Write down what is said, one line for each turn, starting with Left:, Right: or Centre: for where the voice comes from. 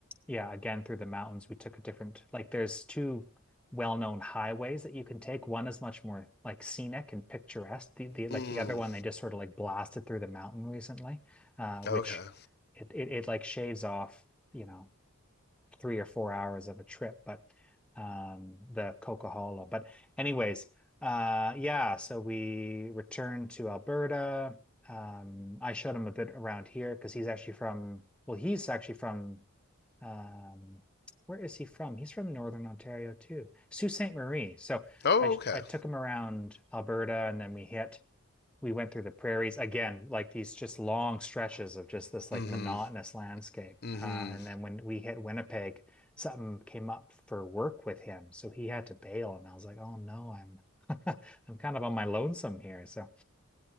Centre: yeah, again through the mountains we took a different like there's two well-known highways that you can take. One is much more like scenic and picturesque. The, the like
Left: Mm.
Centre: the other one they just sort of like blasted through the mountain recently, uh which
Left: Okay.
Centre: it it, it like shaves off, you know, three or four hours of a trip, but um, the coca But anyways, uh, yeah, so we returned to Alberta. Um, I showed him a bit around here because he's actually from, well, he's actually from, um, where is he from? He's from Northern Ontario too, Sault Ste. Marie. So
Left: Oh,
Centre: I
Left: okay.
Centre: I took him around Alberta and then we hit we went through the prairies again, like these just long stretches of just this like
Left: Mm-hmm.
Centre: monotonous landscape.
Left: Mm-hmm.
Centre: Uh, and then when we hit Winnipeg, something came up for work with him, so he had to bail, and I was like, oh no, I'm <laughs> I'm kind of on my lonesome here. So